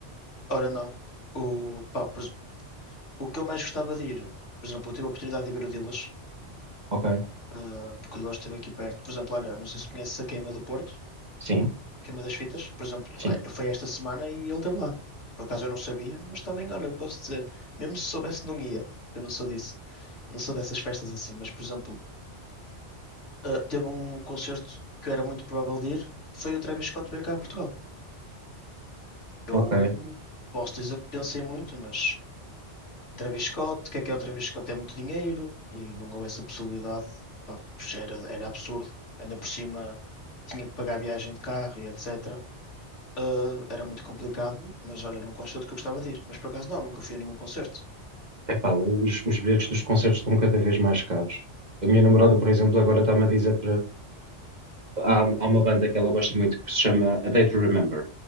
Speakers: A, on the left (about 85°); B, on the right (about 40°).
A: ora não. O, pá, por- O que eu mais gostava de ir, por exemplo, eu tive a oportunidade de ir ver o Dilas,
B: Ok.
A: ah, porque o Dilas esteve aqui perto. Por exemplo, olha, não sei se conheces a Queima do Porto,
B: Sim,
A: Queima das Fitas, por exemplo,
B: sim,
A: eh, foi esta semana e ele esteve lá. Por acaso eu não sabia, mas também, olha, eu posso dizer, mesmo se soubesse, não ia. Eu não sou disso, não sou dessas festas assim, mas, por exemplo, ah, teve um concerto que eu era muito provável de ir, que foi o Travis Scott veio cá a Portugal. Eu
B: ok.
A: posso dizer que pensei muito, mas. Travis Scott, o que é que é o Travis Scott? É muito dinheiro e não houve essa possibilidade, pá, porque era, era absurdo. Ainda por cima tinha que pagar a viagem de carro e etc. Ah, era muito complicado, mas olha, era um concerto que eu gostava de ir. Mas por acaso não, nunca fui a nenhum concerto.
B: Epá, os, os bilhetes dos concertos estão cada vez mais caros. A minha namorada, por exemplo, agora está-me a dizer há, há uma banda que ela gosta muito que se chama A Day to Remember,